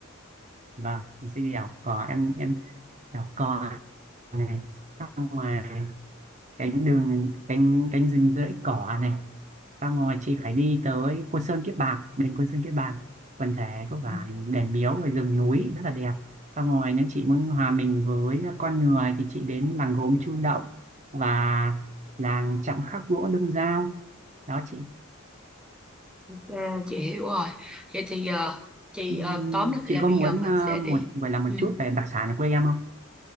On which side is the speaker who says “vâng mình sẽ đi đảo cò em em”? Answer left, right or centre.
Right